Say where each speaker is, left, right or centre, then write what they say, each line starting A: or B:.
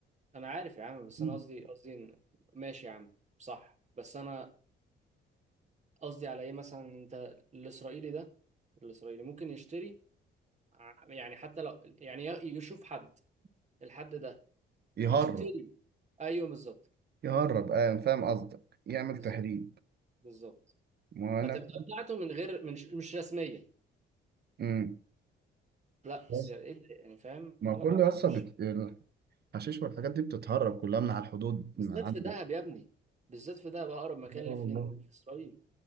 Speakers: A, on the right (about 35°); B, on the right (about 55°).
A: انا عارف يا عم بس
B: مم.
A: انا قصدي قصدي إن- ماشي يا عم صح بس انا قصدي على ايه مثلا انت الاسرائيلي ده الاسرائيلي ممكن يشتري ع- يعني حتى لو يعني ي- يشوف حد الحد ده
B: يهرب
A: يشتري ايوه بالظبط
B: يهرب اه فاهم قصدك يعمل
A: بالظبط
B: تهريب
A: بالظبط
B: ما
A: فتبقى
B: انا
A: بتاعته من غير من مش رسميا
B: امم
A: لا
B: بس
A: بس ايه ده يعني فاهم
B: ما
A: لا
B: كل يسطا
A: مش
B: بت... الحشيش والحاجات دي بتتهرب كلها من على الحدود
A: بالذات
B: من عندك
A: في دهب يا ابني بالذات في دهب اقرب مكان
B: اه والله
A: لفين في اسرائيل